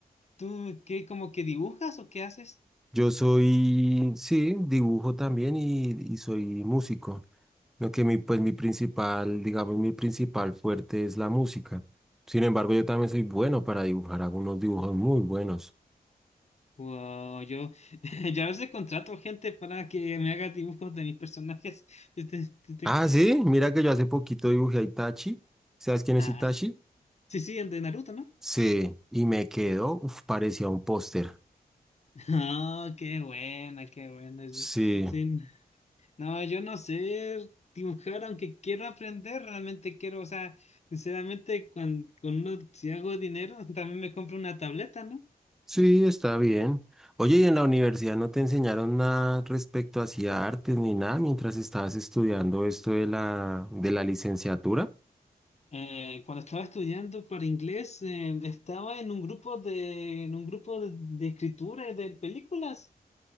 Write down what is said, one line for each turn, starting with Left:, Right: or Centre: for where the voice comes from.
Left: ¿Tú qué como que dibujas o qué haces?
Centre: Yo soy, sí, dibujo también y, y soy músico. Lo que mi, pues mi principal, digamos, mi principal fuerte es la música. Sin embargo, yo también soy bueno para dibujar, hago unos dibujos muy buenos.
Left: Wow, yo, <laughs> yo a veces contrato gente para que me haga dibujos de mis personajes. Este, este, este-
Centre: Ah, sí, mira que yo hace poquito dibujé a Itachi. ¿Sabes quién es
Left: ah,
Centre: Itachi?
Left: sí, sí, el de Naruto, ¿no?
Centre: Sí, y me quedó, uf, parecía un póster.
Left: <laughs> Ah, qué buena, qué buena. Sí,
Centre: Sí,
Left: sí. no, yo no sé dibujar, aunque quiero aprender, realmente quiero, o sea, sinceramente, cuando, si hago dinero, también me compro una tableta, ¿no?
Centre: sí, está bien. Oye, ¿y en la universidad no te enseñaron nada respecto hacia artes ni nada mientras estabas estudiando esto de la, de la licenciatura?
Left: Eh, cuando estaba estudiando para inglés, eh, estaba en un grupo de, en un grupo de, de escritura y de películas.